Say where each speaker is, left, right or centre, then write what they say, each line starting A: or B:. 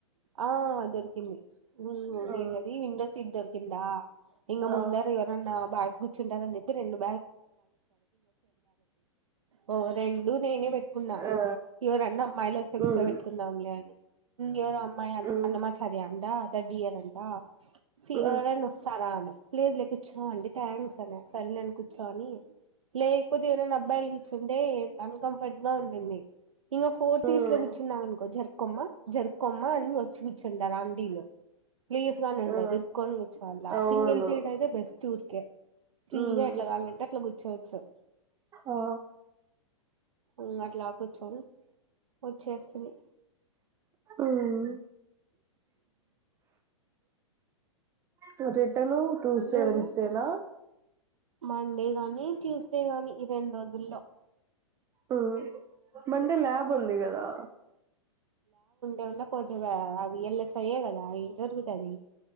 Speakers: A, on the right; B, on the right.
A: ఆ దొరికింది ఉమ్
B: ఆ
A: ఏందది విండో సీట్ దొరికిందా ఇంగా ముందర
B: ఆ
A: ఎవరన్నా బాయ్స్ గుర్చుంటారని చెప్ ది రెండు <inaudible> ఓ రెండు నేనే పెట్టుకున్నా
B: ఆ
A: ఎవరన్నా అమ్మాయిలు వస్తే కూర్చోబెట్కుందాంలే
B: ఉమ్
A: అని ఉమ్మ్ ఎవరో అమ్
B: ఉమ్
A: అన్నమాచార్య అంట తర్డ్ ఇయర్ అంట సీ
B: ఉమ్
A: ఆ ఎవరైనా వస్తారా అనె లేదులే కూర్చో అంటి థ్యాంక్స్ ఆనె సరే నేను కూర్చో అని లేకపోతే ఎవరైనా అబ్బాయిలు కూర్చుంటే అన్కంఫర్ట్ గా ఉండింది ఇంక ఫోర్ సీట్స్
B: ఉమ్
A: లో కూర్చున్నాం అనుకో జర్ కొమ్మా జరుకొమ్మా అని యొ <inaudible> టారు అంటీలు ప్లీజ్ గాని ఉండదు
B: ఆ
A: ఇరుక్కొని కూర్చోవాల
B: అవును
A: సింగిల్ సీట్ అయితే బెస్ట్ ఊరికే ఫ్రీగా
B: ఉమ్
A: ఎట్లా కావాలంటే అట్లా కూర్చోవచ్చు
B: ఆ
A: ఇంగట్లా కూర్చోని వచ్చేస్తుంది
B: ఉమ్ తరెడ్ టను టూస్డే
A: నువ్వు
B: వెన్స్డేలా
A: మండే గానీ మెయిన్ ట్యూస్డే గాని ఇ రెండ్ రోజుల్లో
B: ఆ మండే ల్యాబుంది గదా
A: ఏమన్న పోతెవా ఆ వి ఎల్ ఎస్ తయ్యె గదా ఏం జరుగుతది